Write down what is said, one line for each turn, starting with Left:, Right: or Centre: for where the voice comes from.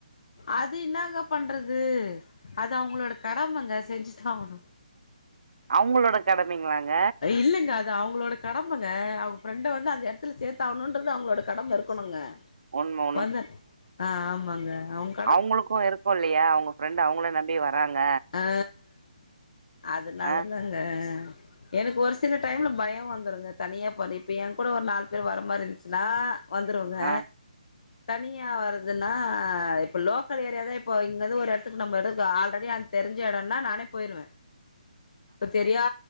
Left: அது இன்னாங்க பண்றது அது அவங்களோட கடமங்க செஞ்சுதா ஆகணு
Right: அவங்களோட கடமைங்களாங்க
Left: இல்லங்க அது அவங்களோட கடமங்க அவங்க ஃப்ரெண்ட வந்து அந்த எடத்துல சேத்தாகணுன்றது அவங்களோட கடம இருக்கணுங்க
Right: உண்ம
Left: வந்த ஆ ஆமாங்க அவுங்
Right: அவுங்களுக்கு இருக்கு இல்லையா அவுங்க ஃப்ரெண்டு அவுங்கள நம்பியே வராங்க
Left: ஆ அதுனால
Right: ஆ
Left: தாங்க எனக்கு ஒரு சில டைம்ல பயோ வந்துருங்க தனியா போற இப்ப ஏங்கூட ஒரு நாலு பேர் வர மாரிந்துச்சுன்னா வந்துருவங்க
Right: ஆ
Left: தனியாக வரதுன்னா இப்போ லோக்கல் ஏரியாவே இப்போ இங்கேருந்து ஒரு எடத்துக்கு நம்ம எடத்துக்கு ஆல்ரெடி அ தெரிஞ்ச எடம்னா நானே போயிருவே
Right: <inaudible>
Left: இப்ப தெரியா